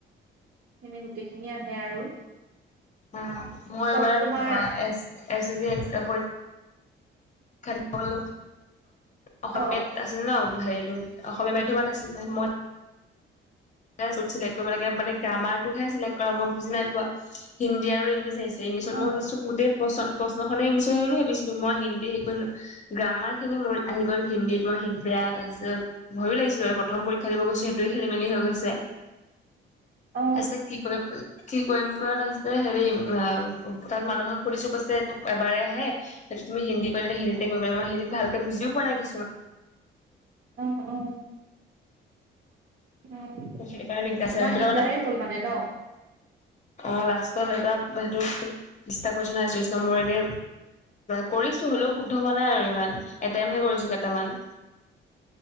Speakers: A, on the right; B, on the left.
A: এনে গোটেইখিনি আহে আৰু।
B: অ', মই
A: চব
B: এইবাৰ
A: তোমাৰ
B: আ এচ-এচ চি পৰী ক্ষা দিব গ'লো অসমীয়া
A: অ
B: আছিল ন হেৰিটো অসমীয়া মাধ্যমিত আছিলে মই য'ত চিলেক্ট কৰিব লাগে মানে গ্ৰামাৰটোহে চিলেক্ট কৰা মই বুজি নাই পোৱা। হিন্দী আৰু ইংলিছ আহিছে। ইংলিছত
A: অ
B: মই ভাবিছো বহুতে প্ৰশ্ন-প্ৰশ্নখনে ইংলিছত আহিব লাগিব বুলি ভাবিছিলোঁ মই হিন্দী হেৰী কৰি দিলো। গ্ৰামাৰখিনি মোৰ আহি গ'ল হিন্দীত মই হি বেয়া যে ভয়ো লাগিছিলে আৰু প্ৰথম পৰীক্ষা দিব গৈছো সেইটোৱে খেলিমেলি হৈ গৈছে। তাৰপিছত
A: অ
B: কি কৰিম কি কৰিম কৰা তাৰপাছতে হেৰি অ' তাত মানুহক সুধিছোঁ কৈছে এবাৰে আহে। তুমি হিন্দীত কৰিলে হিন্দীতে কৰিব লাগিব মই হিন্দী ভালকে বুজিও পোৱা নাই কিছুমান।
A: অ', অ'। তোমাৰ
B: অ', সেইকাৰণে <unintelligible> আছে
A: দিগদাৰেই
B: মানে
A: হ'ল মানে ন
B: অ', লাষ্টত এটা সেইটোত চল্লিশটা কোৱেইছন আহে চল্লিশ নম্বৰৰ এনে কৰিছোঁ হ'লেও শুদ্ধ হোৱা নাই আৰু ইমান এটেইমহে কৰিছোঁ কেইটামান।